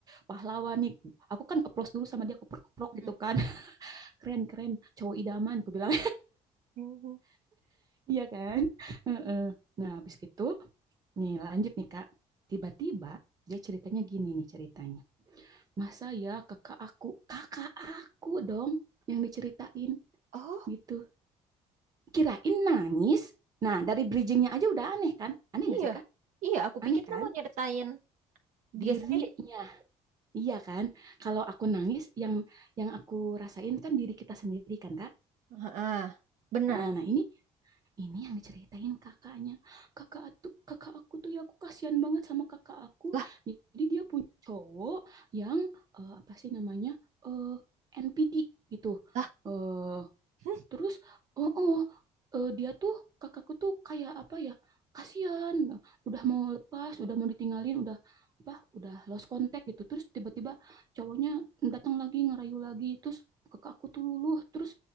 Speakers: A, on the right; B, on the right.
A: pahlawan nih aku kan keplos dulu sama dia keprok-keprok
B: Hmm.
A: gitu kan <laughs> keren keren cowok idaman aku bilang
B: Hmm.
A: <laughs> iya kan Heeh. nah abis gitu nih lanjut nih kak tiba-tiba dia ceritanya gini nih ceritanya masa ya kakak aku kakak aku dong yang diceritain
B: Oh.
A: gitu kirain nangis nah dari bridgingnya aja udah aneh kan aneh
B: Iya,
A: nggak sih kak
B: iya. Aku
A: aneh
B: pikir
A: kan
B: dia mau nyeritain
A: dirinya
B: dia sendiri.
A: iya kan kalau aku nangis yang yang aku rasain kan diri kita sendiri kan kak
B: Ah, benar.
A: Ah, nah ini ini yang diceritain kakaknya kakak tuh kakak aku tuh ya aku kasihan banget sama kakak aku
B: Lah,
A: jadi dia punya cowok yang eh, apa sih namanya eh NPD gitu
B: lah.
A: eh
B: hmm.
A: Terus, oh, oh eh, dia tuh kakakku tuh kayak apa ya? Kasihan, udah mau lepas, udah mau ditinggalin, udah apa? Udah lost contact gitu. Terus tiba-tiba cowoknya datang lagi ngerayu lagi. Terus kakakku tuh luluh. Terus